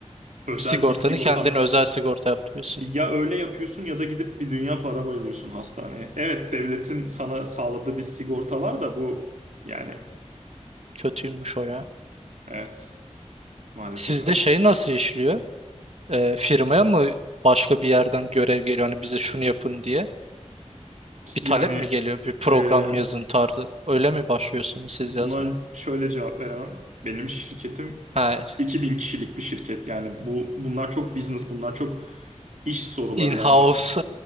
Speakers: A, on the right; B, on the right.
A: özel
B: Sigortanı
A: bir sigortam
B: kendin özel sigorta yaptırıyorsun.
A: Ya öyle yapıyorsun ya da gidip bir dünya para bayılıyorsun hastaneye. Evet devletin sana sağladığı bir sigorta var da bu yani
B: Kötüymüş o ya.
A: evet maalesef
B: Sizde
A: öyle.
B: şey nasıl işliyor? Ee, firmaya mı başka bir yerden görev geliyor? Hani bize şunu yapın diye. Bir
A: Yani
B: talep mi geliyor? Bir program
A: e,
B: yazın tarzı. Öyle mi başlıyorsunuz siz
A: buna
B: yazmaya?
A: şöyle cevap veremem. Benim şirketim
B: Ha,
A: 2000 kişilik bir şirket yani bu bunlar çok business bunlar çok iş soruları
B: in-house.
A: yani.